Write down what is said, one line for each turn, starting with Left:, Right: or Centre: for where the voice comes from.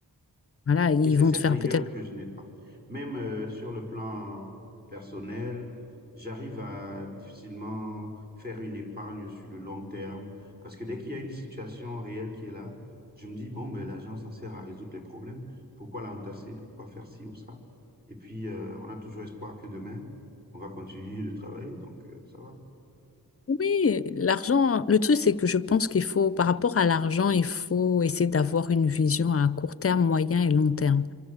Left: Voilà, ils
Right: Et c'est
Left: vont
Right: cette
Left: te faire
Right: rigueur
Left: peut-être...
Right: que je n'ai pas. Même euh, sur le plan personnel, j'arrive à difficilement faire une épargne sur le long terme parce que dès qu'il y a une situation réelle qui est là, je me dis, bon, ben, l'argent, ça sert à résoudre les problèmes. Pourquoi l'entasser? Pourquoi faire ci ou ça? Et puis, euh, on a toujours espoir que demain, on va continuer de travailler, donc euh, ça va.
Left: Oui, l'argent, le truc, c'est que je pense qu'il faut, par rapport à l'argent, il faut essayer d'avoir une vision à court terme, moyen et long terme.